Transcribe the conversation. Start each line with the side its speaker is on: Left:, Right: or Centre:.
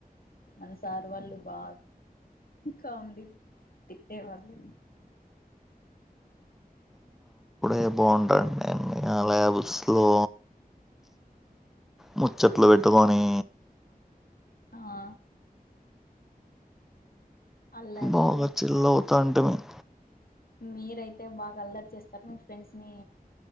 Left: మన సారు వాళ్ళు బా కామెడీ తిట్టే వాళ్లు
Centre: ఎ బాగుంటా అ ఆ <unintelligible> ల్యాబ్స్ లో ముచ్చట్లు పెట్టుకొని
Left: ఆ అల్లర్లు
Centre: బాగా చిల్ అవుతా అంటే మేము
Left: మీరయితే బాగా అల్లరి చేస్తారు మీ ఫ్రెండ్స్ ని